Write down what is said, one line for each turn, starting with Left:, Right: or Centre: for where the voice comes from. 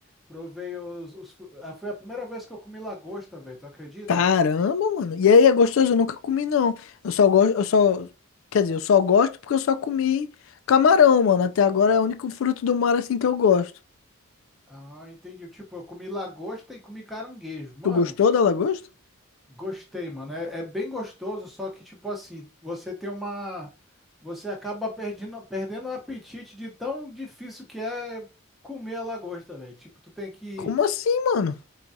Centre: Provei os, os fu- ah, Foi a primeira vez que eu comi lagosta, velho. Tu acredita?
Left: Caramba, mano. E aí é gostoso, eu nunca comi não. Eu só gosto, eu só, quer dizer, eu só gosto porque eu só comi camarão, mano. Até agora é o único fruto do mar assim que eu gosto.
Centre: Ah, entendi. Tipo, eu comi lagosta e comi caranguejo. Mano,
Left: Tu gostou da lagosta?
Centre: gostei, mano. É, é bem gostoso, só que, tipo assim, você tem uma. Você acaba perdendo, perdendo o apetite de tão difícil que é comer a lagosta, velho. Tipo, tu tem que
Left: Como assim, mano?